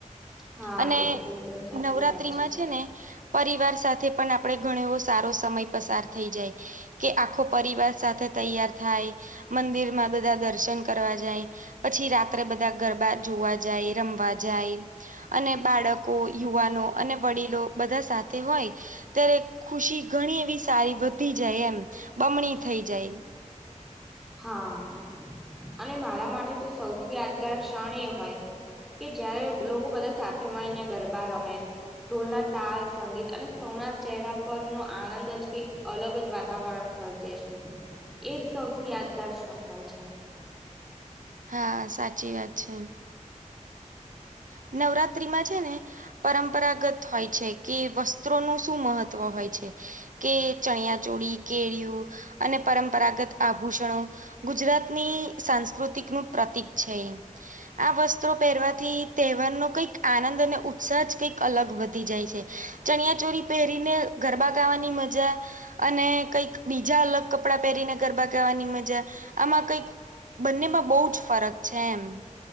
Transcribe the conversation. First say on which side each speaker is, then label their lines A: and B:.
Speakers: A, in the centre; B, on the right (about 85°).
A: હા
B: અને
A: એ તો એકદમ સાચી
B: નવરાત્રી
A: વાત
B: માં છે ને પરિવાર સાથે પણ આપ આપે ઘણ એવો સારો સમય પસાર થઈ જાય કે આખો પરિવાર સાથે તૈયાર થાય. મંદિર માં બધા દર્શન કરવા જાય. પછી રાત્રે બધા ગરબા જોવા જાય રમવા જાય. અને બાળકો યુવાનો અને વડીલો બધા સાથે હોય. ત્યારે ખુશી ઘણી એવી સારી વધી જાય એમ બમણી થઈ જાય.
A: હા અને મારા માટે તો સૌથી યાદગાર ક્ષણ એ હોય. કે જયારે લોકો બધા સાથે મળીને ગરબા રમે. ટોલના તાર સંગીત અને સૌના ચહેરા પર નો આનંદ જ કંઈક અલગ જ વાત વાતાવરણ સળ જે છે એજ સૌથી યાદગાર ક્ષણ હોય છે.
B: હા સાચી વાત છે. નવરાત્રી માં જ. હેને પરંપરાગત હોય છે કે વસ્ત્રોનું શું મહત્વ હોય છે. કે ચણિયા ચોળી કેળિઓ અને પરંપરાગત આભૂષણો ગુજરાતની સાંસ્કૃતિક નું પ્રતિક છે આ વસ્ત્રો પહેરવાથી તહેવાર નો કંઈક આનંદ અને ઉત્સાહ જ કઈક અલગ વધી જાય છે ચણિયા ચોરી પહેરીને ગરબા ગાવાની મજા અને કઈક બીજા અલગ કપડાં પહેરીને ગરબા ગાવાની મજા આમાં કઈક બંનેમાં બહુ જ ફરક છે એમ